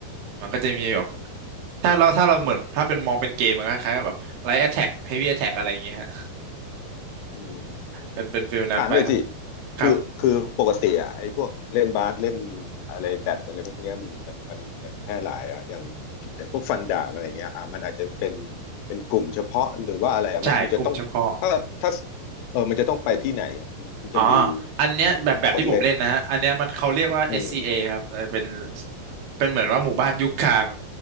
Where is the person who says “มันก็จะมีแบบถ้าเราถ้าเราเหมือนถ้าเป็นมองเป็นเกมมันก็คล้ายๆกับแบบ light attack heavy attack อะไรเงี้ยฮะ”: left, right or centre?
Right